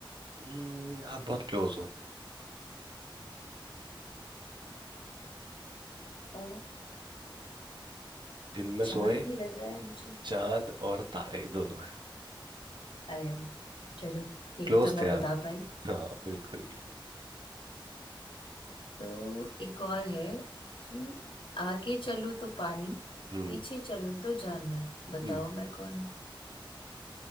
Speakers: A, on the right; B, on the left.
A: हम्म, आप बहुत क्लोज हो
B: अ,
A: दिन में सोए
B: चांद ही लग रहा है मुझे
A: चांद और तारे दोनों हैं
B: अरे वाह चलो एक
A: क्लोज
B: तो मैं
A: थे आप
B: बता पाई
A: हाँ बिल्कुल
B: तो एक और है कि आगे चलूं तो पानी
A: हम्म
B: पीछे चलूं तो जानवर बताओ
A: हम्म।
B: मैं कौन